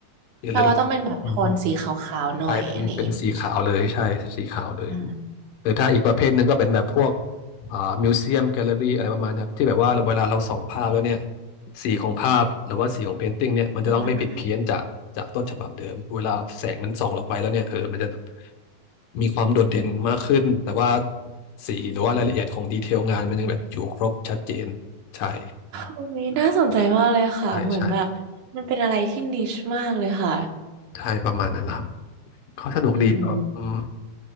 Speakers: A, on the left; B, on the right.
A: เอลออีกอืมอืม
B: แปลว่าต้องเป็นแบบโทนสีขาวๆหน่อยอะไรอย่างงี้ไหม
A: ใช่เป็นเป็นสีขาวเลยใช่สีขาวเลย
B: อม
A: หรือถ้าอีกประเภทหนึ่งก็เป็นแบบพวกอ่ามิวเซียมแกลเลอรี่อะไรประมาณนี้ครับที่แบบว่าเราเวลาเราส่องภาพแล้วเนี่ยสีของภาพหรือว่าสีของเพนติ้งเนี่ยมันจะต้องไม่ผิดเพี้ยนจากจากต้นฉบับเดิมเวลาแสงมันส่องลงไปแล้วเนี่ยเออมันจะแบบ
B: อืม
A: มีความโดดเด่นมากขึ้นแต่ว่าสีหรือว่ารายละเอียดของดีเทลงานมันยังแบบอยู่ครบชัดเจนใช่
B: โอ้ยน่าสนใจมากเลยค่ะเหมือนแบบมันเป็นอะไรที่นิชมากเลยค่ะ
A: ใช่ใช่ใช่ประมาณนั้นครับ เขาสนุกดีแบบอืม
B: อืม